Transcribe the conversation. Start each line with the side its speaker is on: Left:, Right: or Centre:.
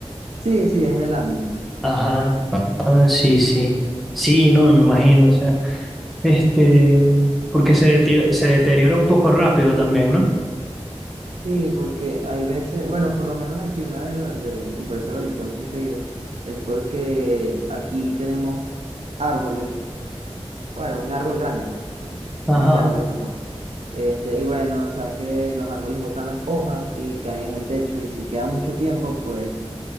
Right: Sí, sí, es de lámina.
Centre: Ajá, ah, sí, sí. Sí, no, me imagino, o sea, este, porque se, deti- se deteriora un poco rápido también, ¿no?
Right: Sí, porque hay veces, bueno, por lo menos aquí una de las, de, y por eso la limpiamos muy seguido, es porque aquí tenemos árboles, bueno, un árbol grande, pues, ah,
Centre: Ajá,
Right: no decía árboles tampoco. Este, y bueno, sabes que los árboles botan las hojas y caen en el techo, y si queda mucho tiempo, pues